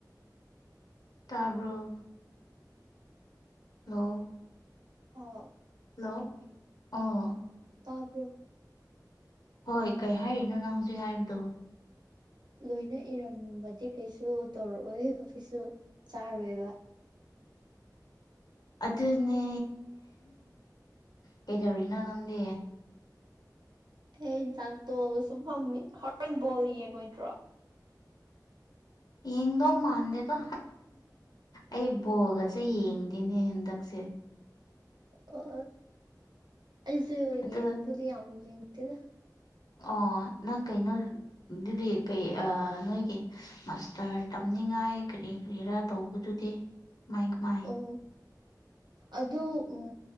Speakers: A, on the left; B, on the right.
A: ꯇꯥꯕ꯭ꯔꯣ ꯂꯣ
B: ꯍꯣ
A: ꯂꯣ ꯑ
B: ꯇꯥꯕ꯭ꯔꯣ
A: ꯍꯣꯏ ꯀꯩ ꯍꯥꯏꯔꯤꯅꯣ ꯅꯪ ꯍꯧꯖꯤꯛ ꯍꯥꯏꯕꯗꯣ
B: ꯂꯣꯏꯅ ꯏꯔꯝꯕꯗꯤ ꯀꯩꯁꯨ ꯇꯧꯔꯛꯑꯣꯏꯕ ꯀꯩꯁꯨ ꯆꯥꯔꯣꯏꯕ
A: ꯑꯗꯨꯅꯦ ꯀꯩꯗꯧꯔꯤꯅꯣ ꯅꯪꯗꯤ
B: ꯑꯩ ꯆꯥꯛ ꯇꯣꯑꯒ ꯁꯨꯝ ꯐꯝꯃꯤ ꯍꯣꯔꯦꯟ ꯕꯣꯜ ꯌꯦꯡꯉꯣꯏꯗ꯭ꯔꯣ
A: ꯌꯦꯡꯗꯧ ꯃꯥꯟꯗꯦꯗ ꯑꯩ ꯕꯣꯜꯒꯁꯦ ꯌꯦꯡꯗꯦꯅꯦ ꯍꯟꯗꯛꯁꯦ
B: ꯑꯣ ꯑꯩꯁꯨ
A: ꯑꯗꯨ
B: ꯌꯦꯡꯕꯨꯗꯤ ꯌꯥꯝ ꯌꯦꯡꯇꯦꯗ
A: ꯑꯣ ꯅꯪ ꯀꯩꯅꯣ ꯗꯨꯗꯤ ꯀꯩ ꯑꯥ ꯅꯣꯏꯒꯤ ꯃꯥꯁꯇꯔ ꯇꯝꯅꯤꯡꯉꯥꯏ ꯀꯔꯤ ꯀꯔꯤꯔꯥ ꯇꯧꯕꯗꯨꯗꯤ ꯃꯥꯏ ꯀꯃꯥꯏ
B: ꯑꯣ ꯑꯗꯨ ꯎꯝ